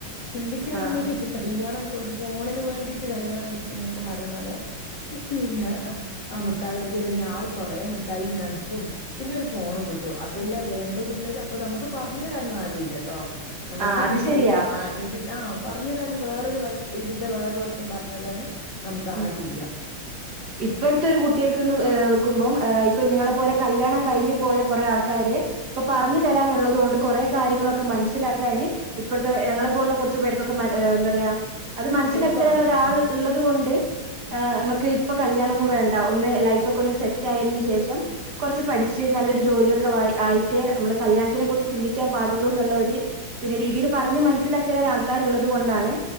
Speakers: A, on the left; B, on the right.
A: ചിന്തിക്കനുള്ളൊരു
B: ആഹ്
A: ഇത് കല്യാണം ഒരു ഫോണിന് വേണ്ടിട്ട് കല്യാണം കയ്ക്യുന്നൊക്കെ പറയുന്നോലെ പിന്നെ ആ മിഠായി കൊട്ക്കല് കയ്ഞ്ഞാ ആയ് കൊറേ മിഠായിം നട്സും പിന്നെ ഒരു ഫോണും കിട്ടും അതല്ലേ വേണ്ടൂന്ന്ള്ളര് അപ്പൊ നമുക്ക് പറഞ്ഞരാനും ആരും ഇല്ലട്ടോ നമുക്ക്
B: ആഹ് അത്
A: കല്യ
B: ശരിയാ.
A: ആഹ് ഇതിന് ആഹ പറഞ്ഞരാനും വേറൊരു വശ് ഇതിന്റെ വേറൊരു വശം പറഞ്ഞരാന് നമുക്ക്
B: ഉം
A: ആരുംല്ല
B: ഇപ്പഴത്തെ ഒരു കുട്യേക്ക്ന്ന് വെക്കുമ്പം ഇപ്പൊ നിങ്ങളെപ്പോലെ കല്യാണം കഴിഞ്ഞു പോയ കൊറേ ആൾക്കാര് ഇപ്പൊ പറഞ്ഞു തരാനുള്ളത് കൊണ്ട് കൊറെേ കാര്യങ്ങളൊക്കെ മനസ്സിലാക്കാന് ഇപ്പൾത്തെ ഞങ്ങളെപ്പോലുള്ള കൊറച്ചു പേർക്കൊക്കെ മന എന്താ പറയാ അത് മനസ്സിലാക്കി
A: എളുപ്പാണ്
B: തരാന് ഒരാള്
A: ഉം
B: ഇള്ളത് കൊണ്ട് ആഹ് നമ്മക്ക് ഇപ്പൊ കല്യാണം ഒന്നും വേണ്ട ഒന്ന് ലൈഫ് ഒക്കെ ഒന്ന് സെറ്റ് ആയതിന് ശേഷം കൊറച്ച് പഠിച്ച് നല്ലൊരു ജോലിയൊക്കെ വാ ആയിട്ട് നമ്മള് കല്യാണത്തിനെ കുറിച്ച് ചിന്തിക്കാൻ പാടുള്ളൂ എന്നുള്ള ഒര് പിന്നെ രീതീല് പറഞ്ഞ് മനസ്സിലാക്കി തരാൻ ആൾക്കാരുള്ളത് കൊണ്ടാണ്